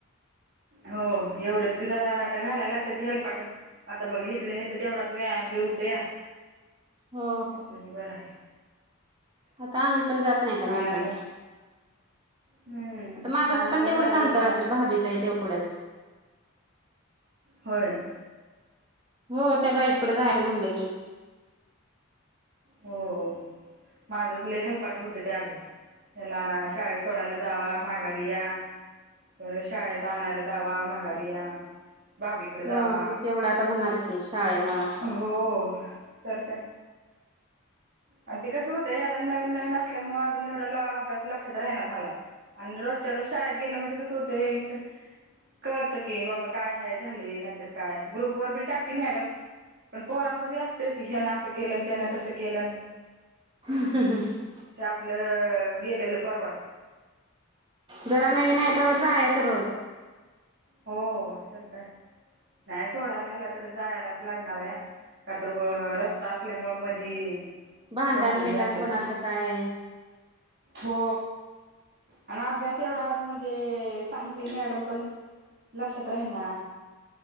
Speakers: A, on the right; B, on the right.
A: हो एवढंच की जरा आता घालायला लागत ते हेल्पाट- आता बघ हितल्या हित तेवढाच व्यायाम बी होतो या.
B: हो
A: आपल्या त बरं आहे.
B: आता आ मी पण जात नाही का मी
A: आणायला
B: पण.
A: हम्म
B: आता माझं
A: आणायला
B: पण तेवढंच
A: जायलाच
B: अंतर असेल
A: लागते
B: भाबी. तेवढंच
A: होय
B: हो त्या बाईककडे जायला म्हणलं की.
A: हो माझच ल हलपाट होतं त्याग- याला शाळेत सोडवायला जावा माघारी या. बर शाळेत आणायला जावा माघारी या. भाभीकडे जावा
B: हो ती तेवढ आता होणार की शाळे मुळ.
A: हो तर काय. आणि ते कसं होतेय आता नवीन नवीन असल्यामुळ अजून एवढ्याला अभ्यास लक्षात राहण झालाय. आणि रोजच्या रोज शाळेत गेलं म्हणजे कसं होतय कळत की बाबा काय ह झाले नाहीतर काय ग्रुप वर ब टाकते मॅडम. पण पोरांचं बी असतंच की ह्याना असं केलं त्याना तसं केलं.
B: ह ह
A: मग ते आपलं गेलेलं परवडतं.
B: जरा नवीन आहे तर वर जायच रोज.
A: हो तर काय नाही सोडायला ह्याला तर जायलाच लागणार आहे. का तर रस्ता असल्यामुळे मधी-
B: भांडण
A: वाहन ही
B: भिंडण
A: असतात
B: कोणाचं
A: ना
B: काय.
A: हो आणि अभ्यास एवढा अजून म्हणजे सांगतेय मॅडम पण. लक्षात राहि ना?